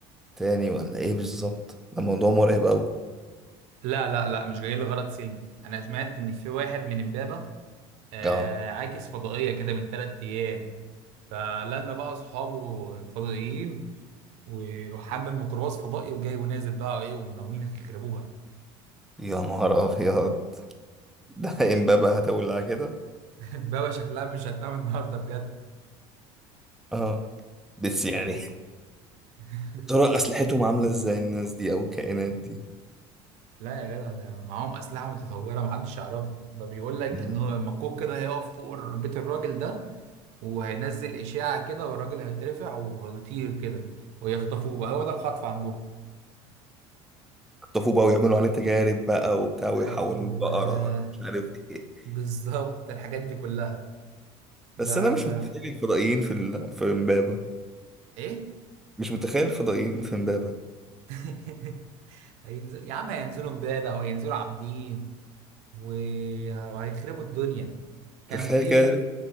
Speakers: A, in the centre; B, on the right (about 70°).
A: تاني ولا ايه بالظبط ده موضوع مرعب قوي
B: لا لا لا مش جاي لغرض سلمي انا سمعت ان في واحد من امبابة آه
A: اه
B: عاكس فضائية كده من ثلاث ايام فلما بقى اصحابه فضائيين و- وحمل ميكروباص فضائي وجاي ونازل بقى ايه وناويين يخربوها
A: يا نهار ابيض <laughs> ده امبابة هتولع كده
B: <laughs> بابا شكلها مش هتنام النهارده بجد
A: اه بس يعني
B: رب
A: <laughs>
B: <laughs>
A: يا ترى اسلحتهم عامله ازاي الناس دي او الكائنات دي
B: لا يا جدع ده معاهم أسلحة متطورة محدش يعرفها ده بيقول لك
A: مم.
B: إن هو مكوك كده هيقف فوق ر- بيت الراجل ده وهينزل إشاعة كده والراجل هيترفع وهيطير كده ويخطفوه بقى هو ده الخطف عندهم
A: يخطفوه بقى ويعملوا عليه تجارب بقى وبتاع ويحولوا
B: أيوه
A: البقرة ولا مش عارف ايه.
B: بالظبط الحاجات دي كلها ده
A: بس انا مش
B: ده
A: متخيل الفضائيين في ال... في امبابة
B: إيه؟
A: مش متخيل الفضائيين في امبابة
B: <laughs> هينزل يا عم هينزلوا امبابة أو هينزلوا عابدين وه- وهيخربوا الدنيا كان
A: تخيل
B: في
A: كده